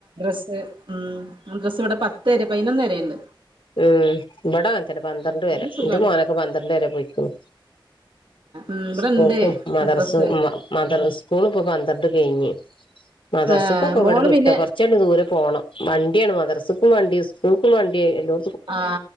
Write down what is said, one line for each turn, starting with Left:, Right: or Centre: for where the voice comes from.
Right: സ്സ് ഉം മദ്രസ്സ് ഇവിടെ പത്തരെ പതിനൊന്ന് വരേണ്ട്
Left: ഉം ഇവിടെ അങ്ങനത്തന്നെ പന്ത്രണ്ട്
Right: എന്നാലും
Left: വരെ
Right: സുഖാണ്
Left: എന്റെ മോനൊക്കെ പന്ത്രണ്ട് വരെ പോയിക്ക്ണ്
Right: ഉം ഇവിടെ
Left: സ്കൂൾക്കും
Right: ഇണ്ട്
Left: മദർസ്
Right: മദ്രസ്
Left: ഉം മ മദർ സ്കൂള്പ്പൊ പന്ത്രണ്ട് കഴിഞ്ഞ് മദ്രസ്സുക്കൊക്കെ
Right: ആഹ്
Left: ഇവിടെ
Right: മോള്
Left: വിട്ടോ
Right: പിന്നെ
Left: കൊറച്ചയിഞ്ഞ് ദൂരൊക്കു പ്പോണം വണ്ടിയാണ് മദ്രസക്കും വണ്ടി സ്കൂൾക്കും വണ്ടി എല്ലോ
Right: ആ